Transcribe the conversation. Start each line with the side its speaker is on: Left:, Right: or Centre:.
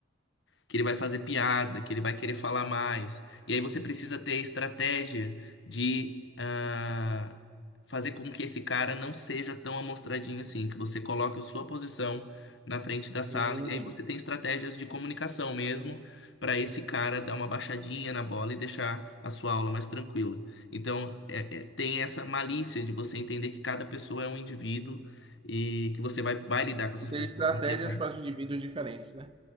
Left: que ele vai fazer piada, que ele vai querer falar mais. E aí você precisa ter a estratégia de ah, fazer com que esse cara não seja tão amostradinho assim, que você coloque a sua posição na frente da sala,
Right: Sim.
Left: e aí você tem estratégias de comunicação mesmo para esse cara dar uma baixadinha na bola e deixar a sua aula mais tranquila. Então, é- é- tem essa malícia de você entender que cada pessoa é um indivíduo e que você vai, vai lidar com essas
Right: E ter
Left: pessoas.
Right: estratégias
Left: Não tem como.
Right: para os indivíduos diferentes, né?